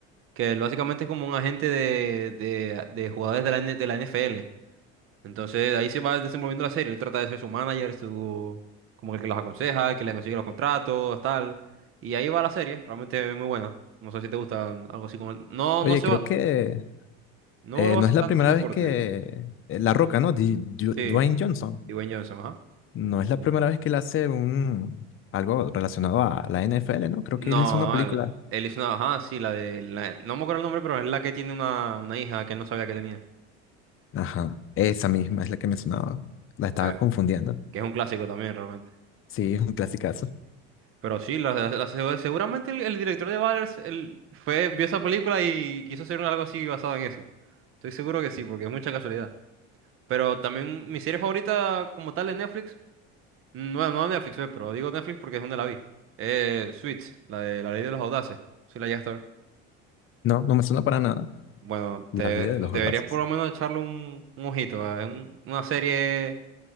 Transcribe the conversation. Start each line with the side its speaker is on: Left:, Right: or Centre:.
Right: que él básicamente es como un agente de, de- de jugadores de la, N- de la NFL. Entonces ahí se va desenvolviendo la serie, él trata de ser su manager, su, como el que los aconseja, el que le consigue los contratos, tal. Y ahí va la serie, realmente es muy buena. No sé si te gusta algo así como... el- No,
Left: oye,
Right: no se
Left: creo
Right: va,
Left: que
Right: no
Left: eh,
Right: lo
Left: no
Right: hacen
Left: es la
Right: tanto
Left: primera
Right: en deporte.
Left: vez que eh, La Roca, ¿no? Di- Du-
Right: Sí,
Left: Dwayne Johnson.
Right: Dwayne Johnson, ajá.
Left: No es la primera vez que él hace un algo relacionado a la NFL, ¿no? Creo
Right: No,
Left: que él hizo una película.
Right: él, él hizo una, ajá, sí, la de, la- no me acuerdo el nombre, pero es la que tiene una, una hija que él no sabía que tenía.
Left: Ajá, esa misma es la que mencionaba. La estaba
Right: Eh,
Left: confundiendo.
Right: que es un clásico también realmente.
Left: Sí, es un clasicazo.
Right: Pero sí, la- la- la- segu- seguramente el, el director de Valers él fue, vio esa película y quiso hacer algo así basado en eso. Estoy seguro que sí, porque es mucha casualidad. Pero también mi serie favorita como tal de Netflix, mm, bueno, no de Netflix, eh, pero digo Netflix porque es donde la vi. Eh, Suits, la de La Ley de los Audaces. Sí, la llegaste a ver.
Left: No, no me suena para nada.
Right: Bueno,
Left: La
Right: te,
Left: vida de
Right: deberías
Left: los juegazos.
Right: por lo menos echarle un, un ojito. eh, Es un- una serie